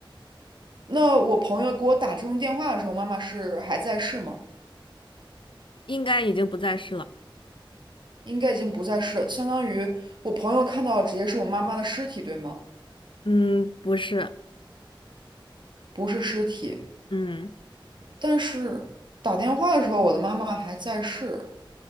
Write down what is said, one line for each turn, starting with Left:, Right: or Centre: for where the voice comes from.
Right: 那我朋友给我打这通电话的时候，妈妈是还在世吗？
Left: 应该已经不再是了，
Right: 应该已经不在世了，相当于我朋友看到的直接是我妈妈的尸体，对吗？
Left: 嗯，不是，
Right: 不是尸体。
Left: 嗯，
Right: 但是打电话的时候，我的妈妈还在世。